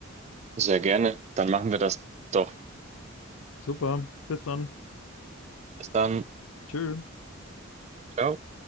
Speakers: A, on the right; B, on the left.
A: Sehr gerne. Dann machen wir das doch.
B: Super, bis dann.
A: Bis dann.
B: Tschö.
A: Ciao.